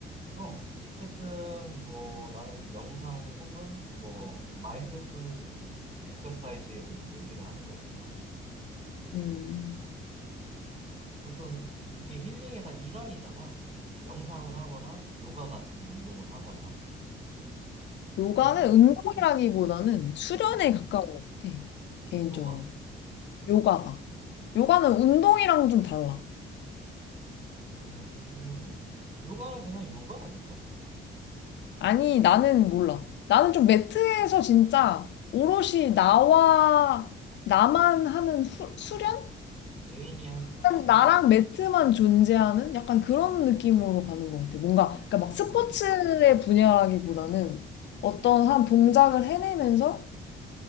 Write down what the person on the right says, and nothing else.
어, 어쨌든 뭐 나는 명상 혹은 뭐 마인드풀 엑서사이즈에 대해서 얘기를 하는 거니까
어떤 이게 힐링의 다 일환이잖아. 명상을 하거나 요가 같은 운동을 하거나.
근데 그-
음,
음.
뭐가?
음, 요가는 그냥 요가 아닌가?
개인이 할 수 있는
그러네.